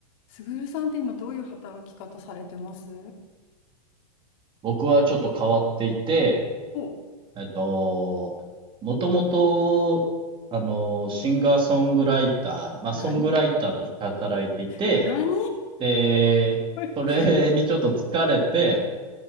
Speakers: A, on the left; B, on the right.
A: すぐるさんって今どういう働き方されてます
B: 僕はちょっと変わっていて、
A: お、
B: えっと、もともと、あの、シンガーソングライター、まあ、
A: 何
B: ソングライターとして働いていて、
A: 何
B: で、
A: <laughs>
B: それにちょっと疲れて、